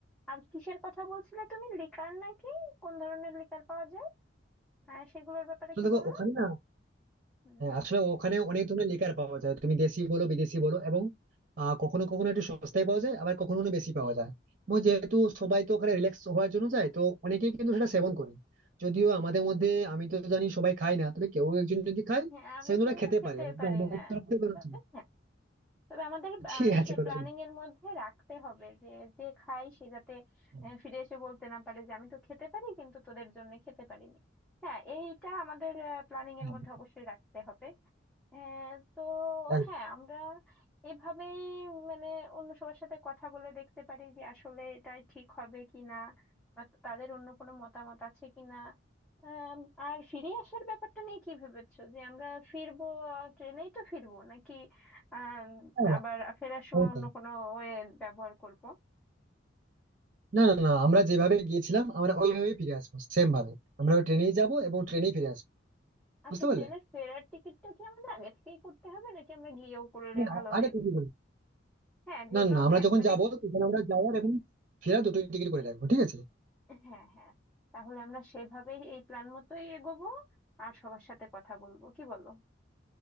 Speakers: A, in the centre; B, on the right.
A: আর কিসের কথা বলছিলে তুমি লিকার নাকি কোন ধরনের লিকার পাওয়া যায় আহ, সেগুলোর ব্যাপারে
B: আসলে
A: কি
B: দেখো
A: বললে
B: ওখানে না
A: হুম,
B: হ্যাঁ আসলে ওখানে অনেক ধরনের লিকার পাওয়া যায় তুমি দেশি বলো বিদেশি বলো এবং আহ, কখনো কখনো একটু সস্তায় পাওয়া যায় আবার কখনো কখনো বেশি পাওয়া যায় এবং যেহেতু সবাই তো ওখানে রিল্যাক্স হওয়ার জন্য যায় তো অনেকেই কিন্তু সেটা সেবন করে যদিও আমাদের মধ্যে আমি তো জানি সবাই খায় না তবে কেউ একজন যদি খায়
A: হ্যাঁ আমি
B: সে কিন্তু
A: কিন্তু
B: ওটা খেতে
A: খেতে
B: পারে অন্তত
A: পারি
B: আমার
A: না
B: তরফ থেকে কোনো
A: তবে
B: অসুবিধা নেই।
A: হ্যাঁ তবে আমাদের
B: ঠিক
A: আহ, ইসে
B: আছে কোনো
A: প্ল্যানিং
B: সমস্যা
A: এর মধ্যে রাখতে হবে যে যে খাই সে যাতে
B: নেই।
A: আহ, ফিরে এসে বলতে না পারে যে আমি তো খেতে পারি কিন্তু তোদের জন্য খেতে পারিনি হ্যাঁ এইটা আমাদের প্ল্যানিং এর
B: হ্যাঁ,
A: মধ্যে অবশ্যই রাখতে হবে হ্যাঁ তো
B: হ্যাঁ,
A: হ্যাঁ আমরা এভাবেই মানে অন্য সবার সাথে কথা বলে দেখতে পারি যে আসলে এটাই ঠিক হবে কি না বা তাদের অন্য কোনো মতামত আছে কি না আম, আর ফিরে আসার ব্যাপারটা নিয়ে কি ভেবেছো যে আমরা ফিরবো ট্রেনেই তো ফিরবো নাকি আম,
B: হ্যাঁ, হ্যাঁ,
A: আবার ফেরার সময়
B: অবশ্যই।
A: অন্য কোনো ওয়ে ব্যবহার করব
B: না না না আমরা যেভাবে গিয়েছিলাম আমরা ওইভাবেই ফিরে আসবো সেম ভাবে আমরা ওই ট্রেনেই যাবো এবং ট্রেনেই ফিরে আসবো
A: আচ্ছা
B: বুঝতে পারলে
A: ট্রেনের ফেরার টিকিটটা কি আমাদের আগে থেকেই করতে হবে নাকি আমরা গিয়েও করলে
B: না,
A: ভালো হয়
B: আরে তুমি
A: হ্যাঁ যেহেতু
B: না না
A: আমরা
B: আমরা
A: একবারে
B: যখন যাবো তখন আমরা যাওয়ার এবং ফেরার দুটোই টিকিট করে রাখবো ঠিক আছে
A: হ্যাঁ হ্যাঁ তাহলে আমরা সেভাবেই এই প্ল্যান মতোই এগোবো আর সবার সাথে কথা বলবো কি বলো